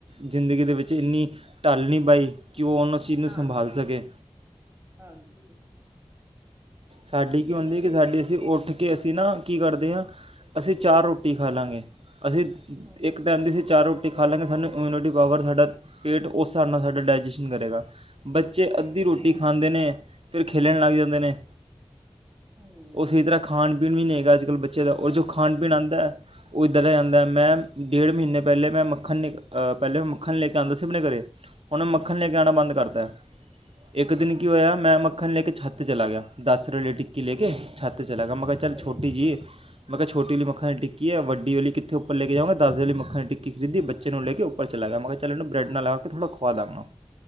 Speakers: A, on the right; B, on the right.
A: ਜ਼ਿੰਦਗੀ ਦੇ ਵਿੱਚ ਇੰਨੀ ਢੱਲ ਨਹੀਂ ਪਾਈ। ਕਿ ਉਹ ਉਹਨਾਂ ਚੀਜ਼ ਨੂੰ
B: ਹਾਂਜੀ,
A: ਸੰਭਾਲ ਸਕੇ
B: ਹਾਂਜੀ।
A: ਸਾਡੀ
B: ਉਹੀ
A: ਕੀ ਹੁੰਦੀ
B: ਹੈ ਨਾ
A: ਏ,
B: ਵੀ
A: ਕਿ ਸਾਡੀ
B: ਫਿਰ
A: ਅਸੀਂ ਉੱਠ ਕਿ ਅਸੀਂ ਨਾ ਕੀ ਕਰਦੇ ਹਾਂ, ਅਸੀਂ ਚਾਰ ਰੋਟੀ ਖਾ ਲਾਂਗੇ। ਅਸੀਂ
B: ਹੂੰ
A: ਇੱਕ ਟਾਈਮ ਦੀ ਸੀ ਚਾਰ ਰੋਟੀ। ਖਾ ਲਾਂਗੇ ਸਾਨੂੰ ਇਮਿਊਨਿਟੀ ਪਾਵਰ, ਸਾਡਾ ਪੇਟ ਉਸ ਹਿਸਾਬ ਨਾਲ ਸਾਡਾ ਡਾਇਜੈਸ਼ਨ ਕਰੇਗਾ। ਬੱਚੇ
B: ਸਹੀ
A: ਅੱਧੀ
B: ਗੱਲ
A: ਰੋਟੀ
B: ਆ
A: ਖਾਂਦੇ ਨੇ ਫਿਰ ਖੇਲਣ ਲੱਗ ਜਾਂਦੇ ਨੇ।
B: ਹੂੰ
A: ਉਸੀ ਤਰ੍ਹਾਂ ਖਾਣ ਪੀਣ ਵੀ ਨਹੀਂ ਤੇ ਅੱਜ ਕੱਲ ਬੱਚੇ ਦਾ ਉਹ ਜੋ ਖਾਣ-ਪੀਣ ਆਂਦੈ। ਉਹ ਇਧਾ ਦਾ ਹੀ ਆਂਦੈ। ਮੈਂ ਡੇਢ ਮਹੀਨੇ ਪਹਿਲੇ ਮੈਂ ਮੱਖਣ ਅ ਪਹਿਲੇ ਮੱਖਣ ਲੈ ਕੇ ਆਂਦਾ ਸੀ ਆਪਣੇ ਘਰੇ, ਹੁਣ ਮੱਖਣ ਲੈ ਕੇ ਆਣਾ ਬੰਦ ਕਰਤੈ। ਇੱਕ
B: ਹੂੰ
A: ਦਿਨ ਕੀ ਹੋਇਆ। ਮੈਂ ਮੱਖਣ ਲੈ ਕੇ ਚ ਹੱਥ ਤੇ ਚਲਾ ਗਿਆ। ਦਸ ਰੁਲੇ ਟਿੱਕੀ ਲੇ ਕੇ। ਛੱਤ ਤੇ ਚਲਾ ਗਿਆ। ਮੈਂ ਕਿਆ
B: ਅੱਛਾ
A: ਚੱਲ ਛੋਟੀ
B: ਜੀ
A: ਜਈ ਏ। ਮੈਂ ਕਿਹਾ ਛੋਟੀ ਵਾਲੀ ਮੱਖਣ ਦੀ ਟਿੱਕੀ ਏ। ਵੱਡੀ ਵਾਲੀ ਕਿੱਥੇ ਉੱਪਰੈ ਕੇ ਜਾਵਾਂਗਾ। ਦਸ ਵਾਲੀ ਮੱਖਣ ਦੀ ਟਿੱਕੀ ਖਰੀਦੀ, ਬੱਚੇ ਨੂੰ ਲੈ ਕੇ ਉੱਪਰ ਚਲਾ ਗਿਆ। ਮੈਂ ਕਿਹਾੱ ਇਹਨੂੰ ਬ੍ਰੈਡ ਨਾਲ ਲਗਾ ਕੇ ਥੋੜਾ ਖਵਾਂ ਦਾਗਾਂ।